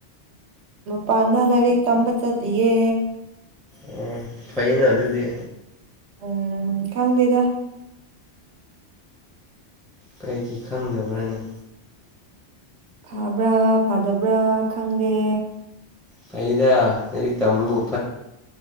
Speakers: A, on the right; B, in the centre.
A: ꯄꯗꯥ ꯂꯔꯤ ꯇꯝꯕ ꯆꯠ ꯂꯦ
B: ꯎ ꯐꯩꯅ ꯑꯗꯨꯗꯤ
A: ꯎꯝ ꯀꯉꯗꯦꯗ
B: ꯀꯩꯒꯤ ꯈꯪꯗꯕ꯭ꯔꯅꯤ
A: ꯐꯕ꯭ꯔꯥ ꯐꯗꯕ꯭ꯔꯥ ꯈꯪꯗꯦ
B: ꯐꯗ ꯂꯥꯏꯔꯤꯛ ꯇꯝꯕꯕꯨ